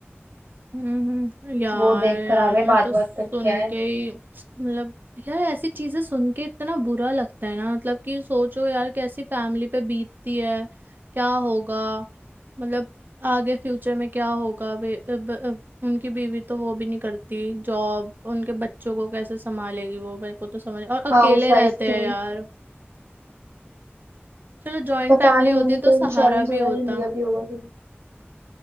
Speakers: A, on the right; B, on the right.
A: हम्म यार
B: वो देख
A: यार
B: कर आ गए
A: मैं
B: बात
A: तो
B: बात
A: सुन
B: करके आए
A: के ही मतलब यार ऐसी चीजें सुन के इतना बुरा लगता है ना मतलब कि सोचो यार कैसी फैमिली पे बीतती है क्या होगा मतलब आगे फ्यूचर में क्या होगा बे, ब, अ, उनकी बीवी तो वो भी नहीं करती जॉब उनके बच्चों को कैसे संभालेगी वो मेरे को तो समझ और अकेले
B: हाउस वाइफ
A: रहते
B: थी
A: हैं यार चलो जॉइंट
B: पता
A: फैमिली
B: नहीं
A: होती
B: उन्होंने कोई
A: तो
B: इंश्योरेंस
A: सहारा
B: वगैरह
A: भी होता
B: लिया भी होगा कि नहीं